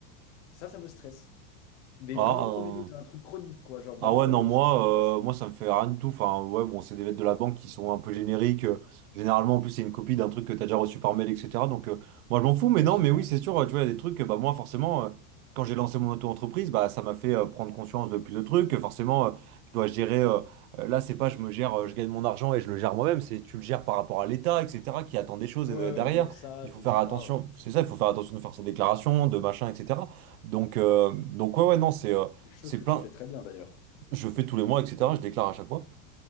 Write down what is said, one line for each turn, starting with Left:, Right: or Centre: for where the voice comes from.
Left: Ça, ça me stresse. Mais
Right: Ah,
Left: vraiment Prometheus,
Right: euh,
Left: c'est un truc chronique, quoi. Genre vraiment,
Right: Ah ouais, non,
Left: euh,
Right: moi,
Left: je suis en angoisse.
Right: euh, moi ça me fait rien du tout. Enfin, ouais, bon, c'est des lettres de la banque qui sont un peu génériques. Euh, généralement, en plus, c'est une copie d'un truc que t'as déjà reçu par mail, etc. Donc, euh, moi, je m'en fous, mais
Left: Ouais,
Right: non,
Left: je
Right: mais
Left: sais pas.
Right: oui, c'est sûr, euh, tu vois, il y a des trucs, que, bah, moi, forcément, euh, quand j'ai lancé mon auto-entreprise, bah, ça m'a fait euh, prendre conscience de plus de trucs. Euh, Forcément, euh, je dois gérer. euh, euh, là, c'est pas je me gère, euh, je gagne mon argent et je le gère moi-même, c'est tu le gères par rapport à l'État, etc., qui attend des choses
Left: Ouais,
Right: et de-
Left: ouais,
Right: derrière.
Left: l'URSSAF,
Right: Il faut
Left: etc.
Right: faire attention, c'est ça, il faut faire attention de faire sa déclaration, de machin, etc. Donc, euh, donc ouais, ouais, non, c'est. euh,
Left: Quelque chose
Right: c'est
Left: que
Right: plein
Left: tu fais très bien d'ailleurs.
Right: je fais tous les mois, etc. Je déclare à chaque fois,